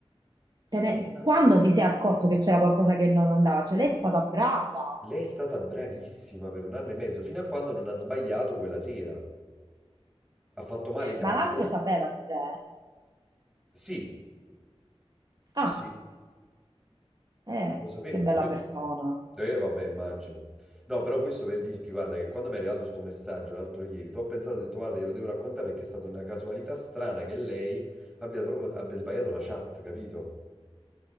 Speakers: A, on the right; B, in the centre.
A: te ne-
B: Lei non ha...
A: quando ti sei accorto che c'era qualcosa che non andava? Cioè lei è stata brava,
B: Lei è stata bravissima per un anno e mezzo, fino a quando non ha sbagliato quella sera. Ha fatto male i calcoli.
A: ma l'altro sapeva di te?
B: Sì, Sì,
A: Ah,
B: sì,
A: eh,
B: lo sapevo,
A: che
B: lo
A: bella
B: sapevo.
A: persona.
B: Eh, vabbè, immagino. No, però questo per dirti, guarda, che quando mi è arrivato sto messaggio l'altro ieri, tu ho pensato, ho detto, guarda, glielo devo raccontare perché è stata una casualità strana che lei abbia proprio, abbia sbagliato la chat, capito?